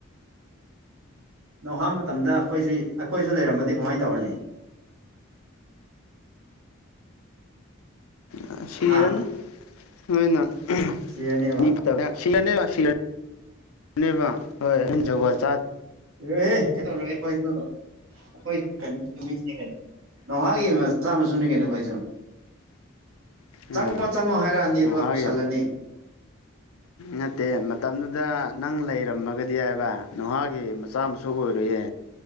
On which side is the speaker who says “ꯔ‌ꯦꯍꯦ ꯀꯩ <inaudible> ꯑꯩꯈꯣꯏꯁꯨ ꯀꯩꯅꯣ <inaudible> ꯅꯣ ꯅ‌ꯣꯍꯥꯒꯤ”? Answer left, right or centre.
Right